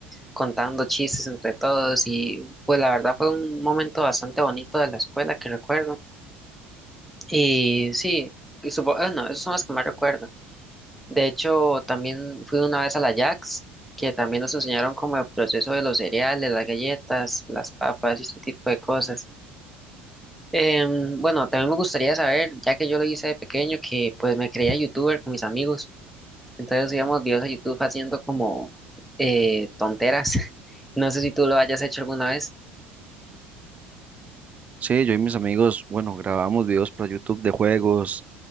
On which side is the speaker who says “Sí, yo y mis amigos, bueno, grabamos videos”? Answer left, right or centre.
Right